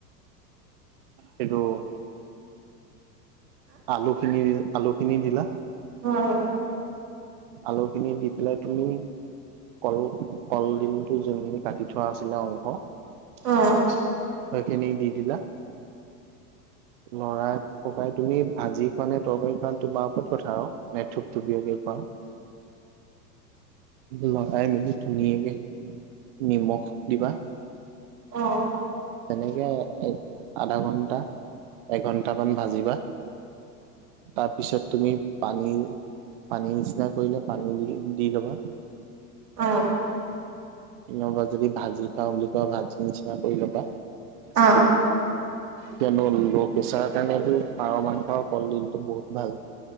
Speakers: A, on the right; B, on the right.
A: সেইটো আলুখিনি, আলুখিনি দিলা।
B: অ',
A: আলুখিনি দি পেলাই তুমি কল কলডিলটো যে কাটি থোৱা আছিলে অংশ।
B: অ'।
A: খেইখিনি দি দিলা। লৰাই ককাই তুমি ভাজি খোৱানে তৰকাৰী খোৱাে তোমাৰ ওপৰত কথা আৰু। ম থুপ থুপ কে খোৱা।
B: <inaudible>
A: লৰাই মেলি ধুনীয়াকে, নিমখ দিবা।
B: অ'।
A: তেনেকে এ আধা ঘন্টা, এঘন্টামান ভাজিবা। তাৰপিছত তুমি পানী পানী নিচিনা কৰিলে পানী দি দি লবা।
B: উম।
A: কবা যদি ভাজি খাওঁ বুলি কোৱা ভাজি নিচিনা কৰি ল'বা।
B: অ'।
A: কিয়নো ল' প্ৰেছাৰৰ কাৰণেতো পাৰ মাংস কলডিলটো বহুত ভাল।